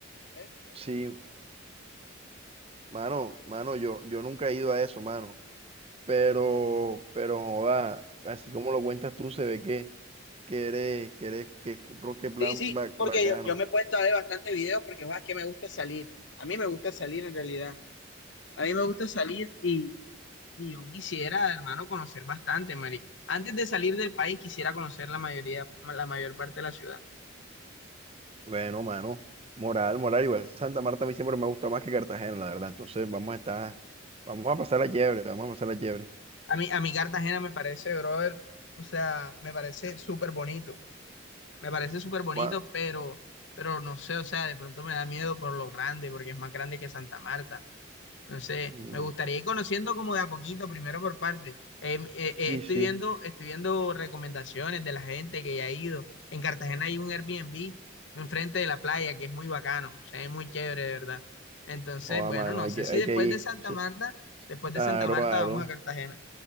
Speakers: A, on the left; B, on the right.
A: Debe ser muy
B: sí,
A: delicioso.
B: mano, mano, yo, yo nunca he ido a eso, mano. Pero, pero, joda, así como lo cuentas tú, se ve que que eres, que eres, que es un ron, que plan
A: Sí, sí,
B: ba-
A: porque
B: bacano.
A: yo, yo me he puesto a ver bastante videos porque, guau, es que me gusta salir. A mí me gusta salir en realidad. A mí me gusta salir y, y yo quisiera, hermano, conocer bastante, marica. Antes de salir del país quisiera conocer la mayoría, la mayor parte de la ciudad.
B: Bueno, mano, moral, moral, igual Santa Marta a mí siempre me ha gustado más que Cartagena, la verdad. Entonces vamos a estar, vamos a pasar la liebre, vamos a pasar la liebre.
A: A mí, a mi Cartagena me parece, brother, o sea, me parece súper bonito. Me parece súper bonito,
B: Ma,
A: pero, pero no sé, o sea, de pronto me da miedo por lo grande, porque es más grande que Santa Marta. Entonces,
B: mm,
A: me gustaría ir conociendo como de a poquito, primero por parte. Eh, eh, eh,
B: sí,
A: estoy
B: sí,
A: viendo, estoy viendo recomendaciones de la gente que ya ha ido. En Cartagena hay un Airbnb enfrente de la playa que es muy bacano, o sea, es muy chévere, de verdad. Entonces,
B: oh,
A: bueno,
B: mano,
A: no
B: hay
A: sé
B: que,
A: si
B: hay
A: después
B: que ir.
A: de Santa
B: O sea,
A: Marta, después de
B: aro,
A: Santa Marta
B: aro,
A: vamos a Cartagena.